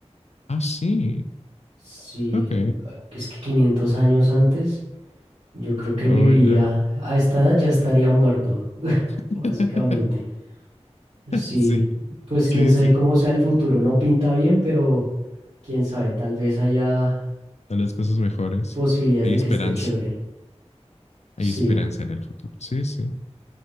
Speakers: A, on the left; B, on the right.
A: Ah, sí.
B: Sí,
A: Ok.
B: que es que 500 años antes, yo creo que
A: Buena.
B: viviría, a esta edad ya estaría muerto.
A: <laughs>
B: Básicamente, sí,
A: Sí,
B: pues
A: sí,
B: quién sabe
A: sí.
B: cómo sea el futuro, no pinta bien, pero quién sabe, tal vez haya
A: A las cosas mejores.
B: posibilidades
A: Hay
B: de
A: esperanza.
B: que esté chévere. Sí,
A: Hay esperanza en el futuro. Sí, sí.